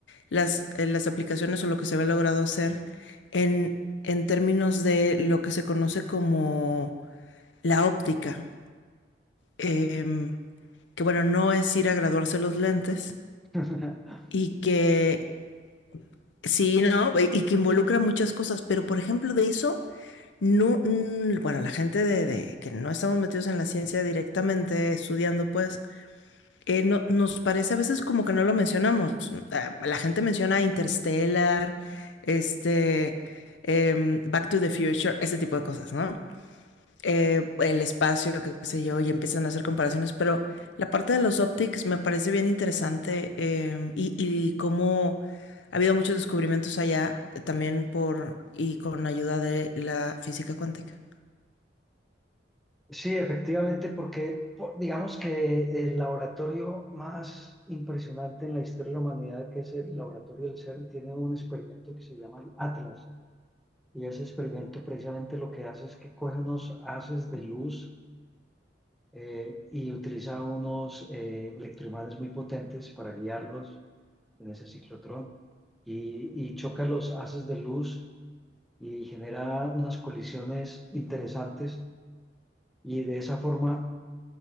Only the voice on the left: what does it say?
las, eh, las aplicaciones o lo que se había logrado hacer en, en términos de lo que se conoce como la óptica, Em, que bueno, no es ir a graduarse los lentes
y que Sí, ¿no? Y que involucra muchas cosas, pero por ejemplo de eso, no, mm, bueno, la gente de, de que no estamos metidos en la ciencia directamente estudiando, pues, eh, no, nos parece a veces como que no lo mencionamos. Mm, Ah, La gente menciona Interstellar, este, em, Back to the Future, ese tipo de cosas, ¿no? eh, el espacio, qué sé yo, y empiezan a hacer comparaciones, pero la parte de los optics me parece bien interesante eh, y, y cómo ha habido muchos descubrimientos allá eh, también por y con ayuda de la física cuántica.